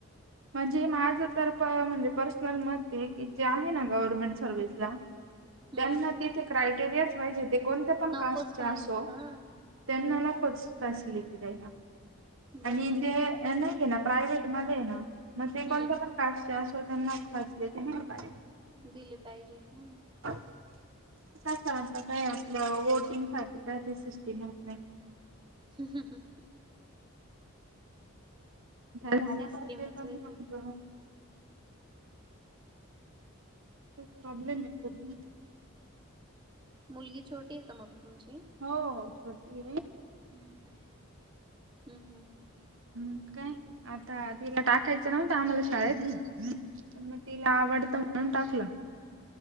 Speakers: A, on the right; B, on the right.
A: म्हणजे माझं तर म्हणजे पर्सनल मध्ये की जे आहे ना गव्हर्नमेंट सर्व्हिसला.
B: हम्म
A: त्यांना तिथे क्रायटेरियाच पाहिजे ते कोणत्या पण
B: नकोच
A: कास्टचे
B: पाहिजे
A: असो.
B: हा
A: त्यांनाना नकोच फॅसिलिटी द्यायला
B: बरोबर
A: आणि
B: आहे
A: जे
B: ना
A: नाहीये ना प्रायव्हेट मध्ये ना मग ते
B: हम्म
A: कोणत पण. कास्टचे असो त्यांना फॅसिलिटी दिली पाहिजे.
B: दिले पाहिजे हम्
A: कस आता काय आपल्या वोटिंग साठी काय ते सिस्टीम होत नाही.
B: ह ह ह
A: झालं
B: सिस्टीमच
A: पाहिजे पण
B: वेगळी
A: करून. प्रॉब्लेम येतोय.
B: मुलगी छोटीये का मग तुमची
A: हो हो छोटीये.
B: ह ह ह
A: हम् काय आता तिला टाकायचं नवत आम्हाला शाळेच. पण मग तिला आवडतं म्हणून टाकलं.